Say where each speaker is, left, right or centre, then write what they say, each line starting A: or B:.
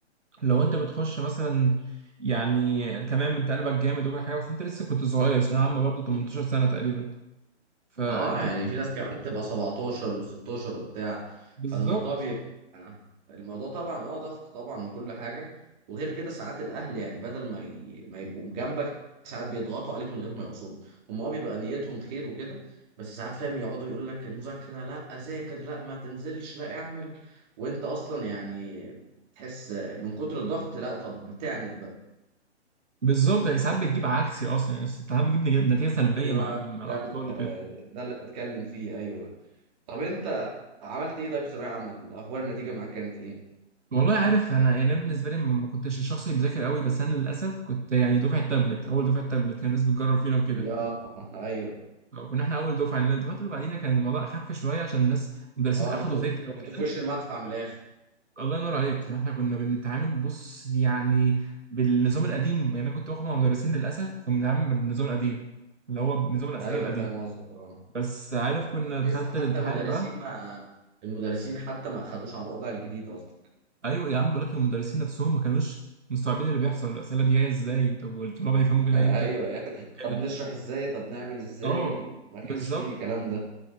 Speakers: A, on the right; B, on the right.
A: لو انت بتخش مثلا يعني تمام انت قلبك جامد وكل حاجه بس انت لسه كنت صغير ثانويه عامه برضو 18 سنه تقريبا فانت
B: اه يعني
A: بت...
B: في ناس كمان بتبقى 17 و16 وبتاع
A: بالظبط
B: فالموضوع بيبقى الموضوع طبعا اه ضغط طبعا وكل حاجه وغير كده ساعات الاهل يعني بدل ما ي... ما يبقوا جنبك ساعات بيضغطوا عليك من غير ما يقصدوا هم اه بيبقى نيتهم خير وكده بس ساعات فاهم يقعدوا يقول لك المذاكره لا ذاكر لا ما تنزلش لا اعمل وانت اصلا يعني تحس من كتر الضغط لا طب بتعند بقى
A: بالظبط يعني ساعات بتجيب عكسي اصلا يعني ساعات بتجيب نج- نتيجه سلبيه
B: ايوه
A: مع ال- مع
B: ده
A: الاطفال وكده
B: ده اللي بتكلم فيه ايوه طب انت عملت ايه طيب في ثانوية عامة؟ اخبار النتيجة معاك كانت ايه؟
A: والله عارف انا يعني أنا بالنسبه لي ما كنتش الشخص اللي بيذاكر قوي بس انا للاسف كنت يعني دفعه تابلت اول دفعه تابلت كان الناس بتجرب فينا وكده
B: يا ايوه
A: كنا احنا اول دفعه لان الدفعات اللي بعدينا كان الموضوع اخف شويه عشان الناس المدرسين
B: اه
A: اخدوا
B: انتوا
A: فكره وكده
B: كنتوا في وش المدفع من الاخر
A: الله ينور عليك فاحنا كنا بنتعامل بص يعني بالنظام القديم يعني انا كنت باخد مع مدرسين للاسف كنا بنتعامل بالنظام القديم اللي هو نظام الاسئله
B: ايوه
A: القديم
B: فاهم قصدك اه
A: بس عارف كنا
B: لسه
A: دخلت
B: لسه حتى
A: الامتحان
B: المدرسين
A: بقى
B: ما المدرسين حتى ما خدوش على الوضع الجديد قصدك
A: ايوه يا عم بقول لك المدرسين نفسهم ما كانوش مستوعبين اللي بيحصل الاسئله دي جايه ازاي طب والطلاب هيفهموا
B: <laughs>
A: كده
B: ايوه
A: امتى
B: يعني
A: كده
B: طب نشرح ازاي طب نعمل ازاي
A: اه
B: ما كانش
A: بالظبط
B: فيه الكلام ده